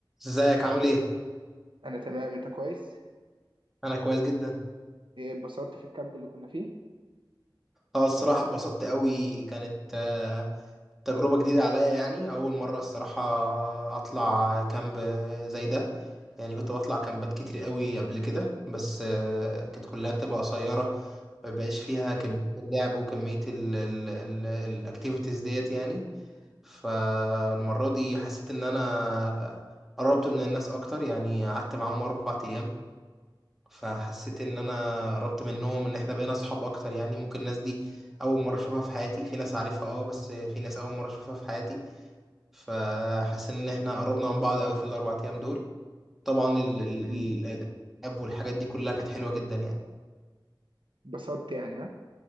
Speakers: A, in the centre; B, on the right.
A: ازيك عامل ايه
B: انا تمام انت كويس
A: انا كويس جدا
B: إيه، اتبسطت في الكامب اللي كنا فيه
A: اه الصراحه اتبسطت قوي كانت آه، تجربه جديده عليا يعني اول مره الصراحه اطلع كامب زي ده يعني كنت بطلع كامبات كتير قوي قبل كده بس آه، كانت كلها بتبقى قصيره ما بيبقاش فيها كميه اللعب وكميه الاكتيفيتيز ديت يعني فالمره دي حسيت ان انا قربت من الناس اكتر يعني قعدت معاهم اربع ايام فحسيت ان انا قربت منهم ان احنا بقينا اصحاب اكتر يعني ممكن الناس دي اول مره اشوفها في حياتي في ناس عارفها اه بس في ناس اول مره اشوفها في حياتي فحسيت ان احنا قربنا من بعض قوي في الاربع ايام دول طبعا ال ال ال
B: مم.
A: الالعاب والحاجات دي كلها كانت حلوه جدا يعني
B: اتبسطت يعني ها